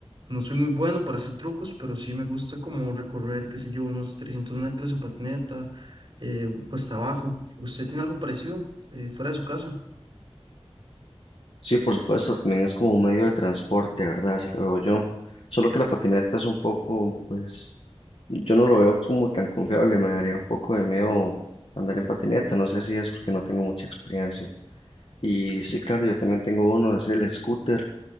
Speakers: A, on the right (about 50°); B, on the left (about 60°).
A: no soy muy bueno para hacer trucos, pero sí me gusta como recorrer, qué sé yo, unos 300 metros en patineta, eh, cuesta abajo. ¿Usted tiene algo parecido eh, fuera de su casa?
B: Sí, por supuesto, también es como un medio de transporte, ¿verdad? Así lo veo yo. Solo que la patineta es un poco, pues Yo no lo veo como tan confiable, me daría un poco de miedo andar en patineta, no sé si es porque no tengo mucha experiencia. Y sí, claro, yo también tengo uno, es el scooter,